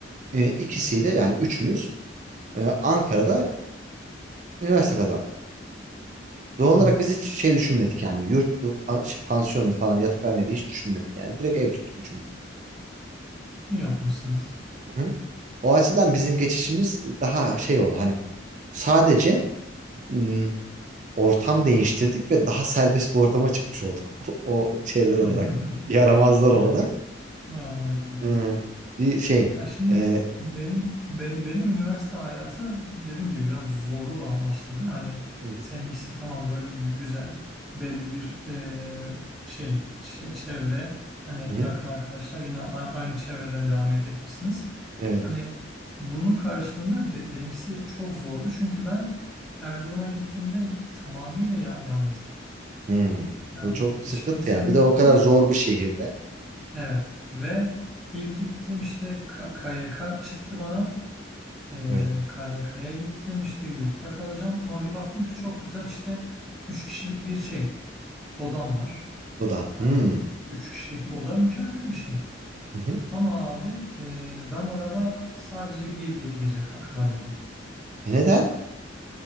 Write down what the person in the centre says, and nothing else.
Hı
İyi yapmışsınız.
<laughs>
Evet.
Anladım abi.
Ya şimdi
benim benim benim üniversite hayatı dediğim gibi biraz zorlu ba- başladı. Hani
seninkisi tamam böyle gü- güzel belli bir eee, şey çe- çevre hani
yakın arkadaşlar yine a- aynı çevreden devam et etmişsiniz.
Hani bunun karşılığında be- benimkisi çok zordu çünkü ben Erzurum'a gittiğimde tamamıyla ya yalnızdım.
Yani
hiç
kimsem
yoktu.
Evet ve ilk gittim işte K- KYK çıktı bana. Ee,
KYK'ya gittim işte yurtta kalacağım ama bir baktım ki çok güzel işte 3 kişilik bir şey odam var.
Hani
3 kişilik oda mükemmel bir şey.
Ama abi e, ben orada sadece bir ge- gece ka- kalabildim.